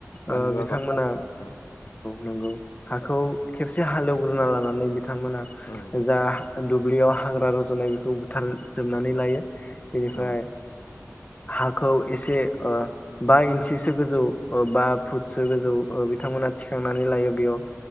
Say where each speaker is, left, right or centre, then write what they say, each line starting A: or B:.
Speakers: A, on the left (about 70°); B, on the left (about 25°).
A: बानलु
B: ओ बिथांमोना
A: आबाद औ
B: नंगौ हाखौ खेबसे हालेवग्रोना लानानै बिथांमोना
A: औ
B: जा दुब्लियाव हाग्रा रजनाय बेखौ बुथारजोबनानै लायो बेनिफ्राय
A: औ
B: हा खौ एसे बा इन्सिसो गोजौ बा फुटसो गोजौ बिथांमोना थि खांनानै लायो बेयाव